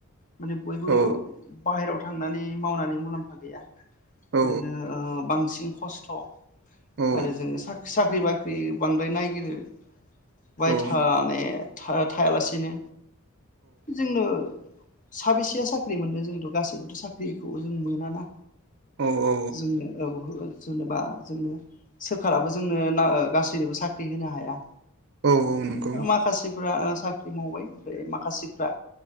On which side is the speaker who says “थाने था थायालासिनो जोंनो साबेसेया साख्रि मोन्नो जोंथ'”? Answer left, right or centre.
Left